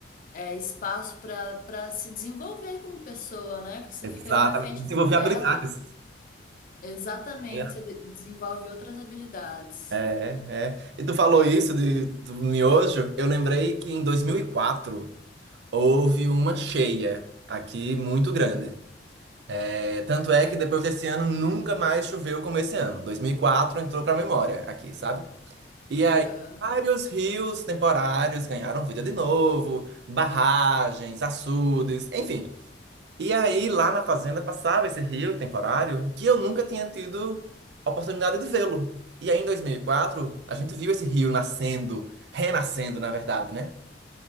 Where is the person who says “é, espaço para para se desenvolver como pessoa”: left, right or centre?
Left